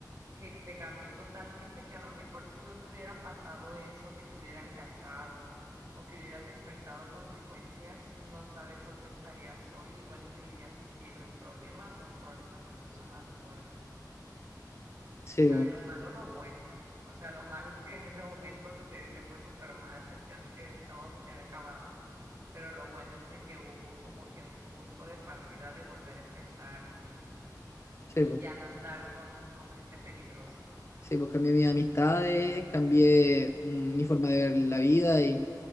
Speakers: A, on the right (about 50°); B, on the left (about 40°).
A: que te cambió totalmente, que a lo mejor si no te hubiera pasado eso, que te hubieran cachado o que hubieras enfrentado consecuencias, no sabes dónde estarías hoy, igual y seguirías metido en problemas o en problemas incluso más fuertes.
B: Sí,
A: O sea,
B: bo,
A: de lo malo lo bueno. O sea, lo malo es que en ese momento se te, te fue súper mal, sentías que todo se te había acabado, pero lo bueno es de que hubo como que un punto de partida de volver a empezar y,
B: sí,
A: y
B: bo.
A: ya no andar con, con gente peligrosa.
B: Sí, pues cambié mis amistades, cambié mm, mi forma de ver la vida y